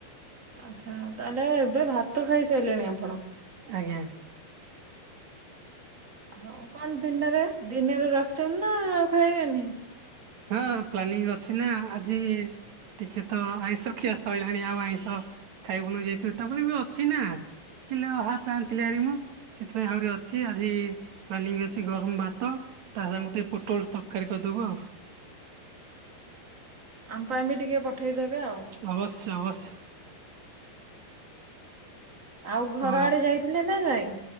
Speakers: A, on the right; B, on the right.
A: ଆଚ୍ଛା ତାହେଲେ ଏବେ ଭାତ ଖାଇସାରିଲେଣି ଆପଣ।
B: ଆଜ୍ଞା।
A: ହଉ କଣ ଦିନରେ ଦିନରେ ରଖିଛନ୍ତି ନା ଆଉ ଖାଇବେନି।
B: ହଁ ପ୍ଲାନିଂ ଅଛି ନା ଆଜି ଟିକେ ତ ଆଇଁଷ ଖିଆସଇଲାଣି ଆଉ ଆଇଁଷ ଖାଇବୁନୁ ଯେଇତୁ ତାପରେ ବି ଅଛି ନା। କିଲେ ଓ ହାଫ ଆଣିଥିଲି ଭାରି ମୁଁ। ସେଥିପାଇଁ ଆହୁରି ଅଛି ଆଜି ପ୍ଲାନିଂ ଅଛି ଗରମ ଭାତ ତା ସାଙ୍ଗରେ ଟିକେ ପୋଟଳ ତରକାରୀ କରିଦବୁ ଆଉ।
A: ଆମ ପାଇଁ ବି ଟିକେ ପଠେଇଦେବେ ଆଉ।
B: ଅବଶ୍ୟ ଅବଶ୍ୟ।
A: ଆଉ ଘର
B: ହଁ
A: ଆଡେ
B: ଆପ
A: ଯାଇଥିଲେ ନା ନାଇଁ।